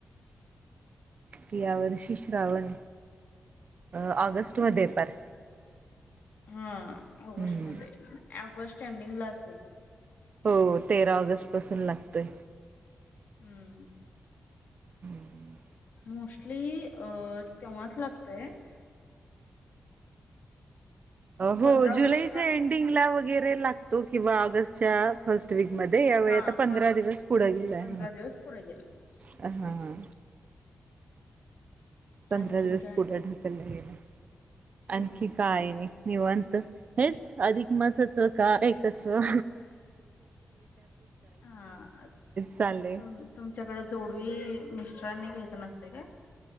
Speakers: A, on the right (about 55°); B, on the left (about 85°).
A: की यावर्षी श्रावण अ ऑगस्ट मध्ये आहे पार.
B: हा ऑगस्ट
A: हम्म
B: मध्ये ऑगस्ट स्टँडिंग ला असेल.
A: हो तेरा ऑगस्ट पासून लागतोय.
B: हम्म.
A: हम्म.
B: मोस्टली अ तेव्हाच लागतोय
A: हो
B: पंधरा ऑगस्टच्या
A: जुलैच्या एंडिंगला वगैरे लागतो किंवा ऑगस्ट च्या वीक मध्ये यावेळी
B: हा
A: आता पंधरा
B: फर्स्ट वीक
A: दिवस पुढं गेलाय
B: पंधरा दिवस पुढे गेले
A: हा हा. पंधरा
B: आणखीन
A: दिवस
B: काय?
A: पुढे ढाकलला गेलं. आणखी
B: हम्म.
A: काय आणि? निवांत हेच. अधिक मासाच का कसवा.
B: अ
A: चाललंय
B: त तुमच्याकडे जोडवी मिस्टरांनी घेतली नसते काय?